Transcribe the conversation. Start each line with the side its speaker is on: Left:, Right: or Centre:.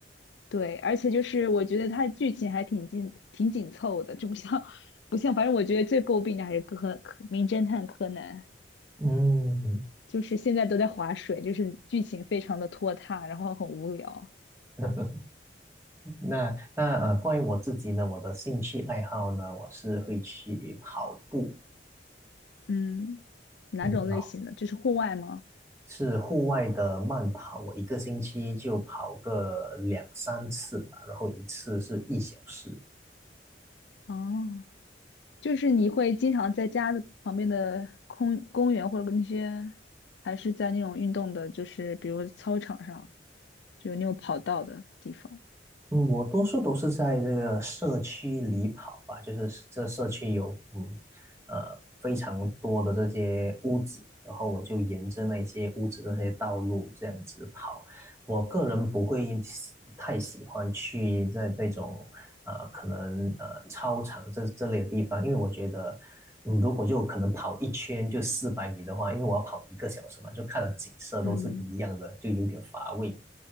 Left: 对，而且就是我觉得它剧情还挺紧挺紧凑的，就不像不像，反正我觉得最诟病的还是柯柯名侦探柯南，
Right: 嗯。
Left: 就是现在都在划水，就是剧情非常的拖沓，然后很无聊。
Right: <laughs> 那那呃，关于我自己呢，我的兴趣爱好呢，我是会去跑步，
Left: 嗯，哪种类型的？
Right: 嗯，然后
Left: 就是户外吗？
Right: 是户外的慢跑，我一个星期就跑个两三次吧，然后一次是一小时。
Left: 哦，就是你会经常在家的旁边的空公园或者那些，还是在那种运动的，就是比如操场上，就有那种跑道的地方。
Right: 嗯，我多数都是在这个社区里跑吧，就是这社区有嗯呃非常多的这些屋子，然后我就沿着那些屋子的那些道路这样子跑。我个人不会喜太喜欢去在那种呃可能呃操场这这类的地方，因为我觉得嗯如果就可能跑一圈就四百米的话，因为我要跑一个小时嘛，就看的景色都是一样的，
Left: 嗯。
Right: 就有点乏味。